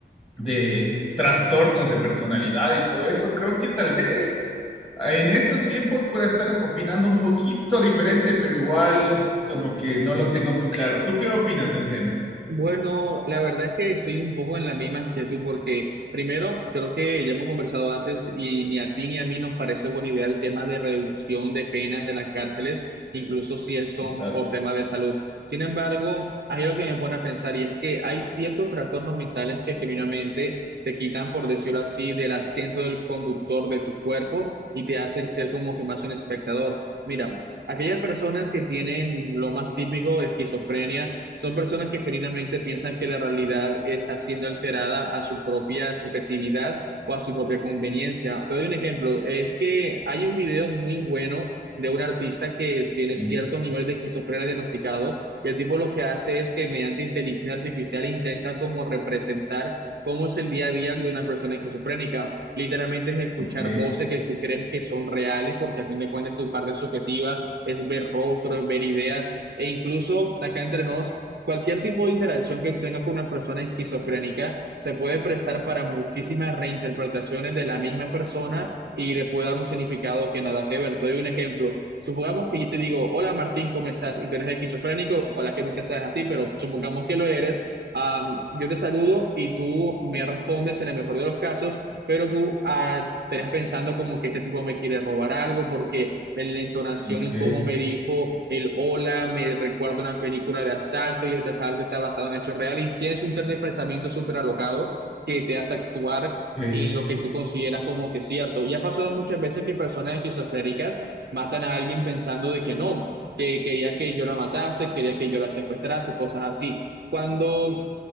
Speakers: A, on the left; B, on the right.
A: de trastornos de personalidad y todo eso, creo que tal vez en estos tiempos pueda estar opinando un poquito diferente, pero igual como que no lo tengo muy claro. ¿Tú qué opinas del tema?
B: Bueno, la verdad es que estoy un poco en la misma que tú, porque primero, creo que ya hemos conversado antes y ni a ti ni a mí nos parece buena idea el tema de reducción de penas de las cárceles, incluso si es- son
A: Exacto.
B: por temas de salud. Sin embargo, hay algo que me pone a pensar y es que hay ciertos trastornos mentales que genuinamente te quitan, por decirlo así, del asiento del conductor de tu cuerpo y te hacen ser como que más un espectador. Mira, aquellas personas que tienen lo más típico, esquizofrenia, son personas que genuinamente piensan que la realidad está siendo alterada a su propia subjetividad o a su propia conveniencia. Te doy un ejemplo, es que hay un video muy bueno de un artista que es- tiene
A: Ok,
B: cierto nivel de esquizofrenia diagnosticado, y el tipo lo que hace es que mediante inteligencia artificial intenta como representar cómo es el día a día de una persona esquizofrénica. Literalmente es escuchar
A: ok,
B: voces que tú crees que son reales, porque a fin de cuentas tu parte subjetiva es ver rostros, ver ideas, e incluso acá entre nos Cualquier tipo de interacción que tengas con una persona esquizofrénica se puede prestar para muchísimas reinterpretaciones de la misma persona y le puede dar un significado que nada que ver. Te doy un ejemplo. Supongamos que yo te digo, hola Martín, ¿cómo estás? Y tú eres esquizofrénico, ojalá que nunca seas así, pero supongamos que lo eres. Am, yo te saludo y tú me respondes en el mejor de los casos, pero tú ah, estarás pensando como que este tipo me quiere robar algo porque en la entonación
A: ok,
B: en cómo me dijo el hola, me recuerda una película de asalto y este asalto está basado en hechos reales. Tienes un tren de pensamiento súper alocado que te hace actuar
A: ok,
B: en lo que tú consideras como que es cierto. Y ha pasado muchas veces que personas esquizofrénicas matan a alguien pensando de que no, que quería que yo la matase, quería que yo la secuestrase, cosas así. Cuando